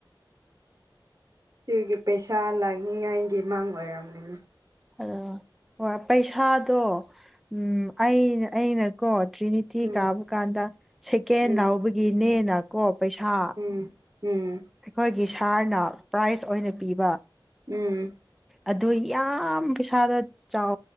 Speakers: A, on the right; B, in the centre.
A: ꯁꯤꯒꯤ ꯄꯩꯁꯥ ꯂꯥꯛꯅꯤꯡꯉꯥꯏꯒꯤ ꯃꯡ ꯑꯣꯏꯔꯝꯒꯅꯤ
B: ꯑꯣ ꯍꯣꯏ ꯄꯩꯁꯥꯗꯣ ꯎꯝ ꯑꯩꯅ ꯑꯩꯅꯀꯣ ꯇ꯭ꯔꯤꯅꯤ ꯊꯤ
A: ꯎꯝ
B: ꯀꯥꯕ ꯀꯥꯟꯗ ꯁꯦꯀꯦꯟ
A: ꯎꯝ
B: ꯂꯥꯎꯕꯒꯤꯅꯦꯅ ꯀꯣ ꯄꯩꯁꯥ
A: ꯎꯝ ꯎꯝ
B: ꯑꯩꯈꯣꯏꯒꯤ ꯁꯥꯍꯔꯅ ꯄ꯭ꯔꯥꯏꯖ ꯑꯣꯏꯅ ꯄꯤꯕ
A: ꯎꯝ
B: ꯑꯗꯨ ꯌꯥꯝ ꯄꯩꯁꯥꯗꯣ ꯆꯥꯎ